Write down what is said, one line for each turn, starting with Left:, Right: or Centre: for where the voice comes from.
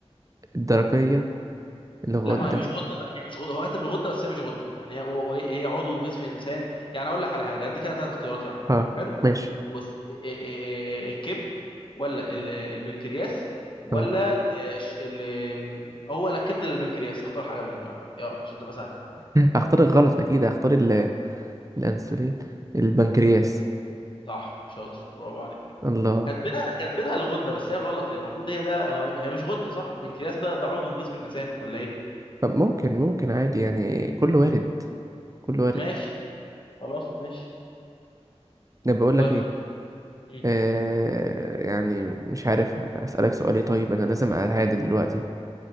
Right: الدرجية الغدة
Left: لا ما هي مش غده بقى هي مش غده هو كاتب الغده بس هي مش غده يعني هي وهي- هي عضو في جسم الانسان يعني اقول لك على حاجه هدي كده ثلاث اختيارات يا معلم
Right: اه
Left: حلو
Right: ماشي
Left: بص إيه- إيه- إيه- إيه، إيه، الكبد ولا ال- البنكرياس ولا
Right: اه
Left: آه، ش- ال- هو لا الكبد ولا البنكرياس اختار حاجه بينهم يا معلم يلا عشان تبقى سهله
Right: اختار الغلط اكيد اختار ال... الانسولين البنكرياس
Left: صح شاطر برافو عليك
Right: الله
Left: كاتبينها كاتبينها الغده بس هي غلط هي المفروض هي ده هو- هي مش غده صح البنكرياس ده ده عضو في جسم الانسان ولا ايه
Right: طب ممكن ممكن عادي يعني كل وارد كل وارد
Left: ماشي خلاص ماشي
Right: انا بقول
Left: طيب
Right: لك ايه
Left: مم.
Right: آه يعني مش عارف اسالك سؤال ايه طيب انا لازم اتعادل دلوقتي